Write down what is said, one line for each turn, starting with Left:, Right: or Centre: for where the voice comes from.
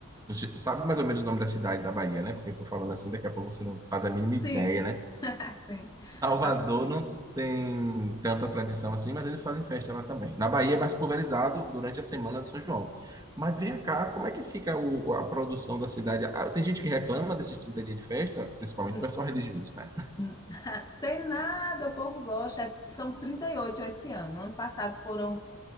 Right: Você sabe mais ou menos o nome da cidade da Bahia, né? Porque eu estou falando assim, daqui a pouco você não faz a mínima
Left: Sim,
Right: ideia, né?
Left: <laughs> sim.
Right: Salvador
Left: A-
Right: não tem tanta tradição assim, mas eles fazem festa lá também. Na Bahia é mais pulverizado durante a semana do São João. Mas vem cá, como é que fica o- a produção da cidade? Ah, Tem gente que reclama desses 30 dias de festa, principalmente
Left: n-
Right: o pessoal religioso, né?
Left: n- tem nada, o povo gosta. são 38 esse ano. Ano passado foram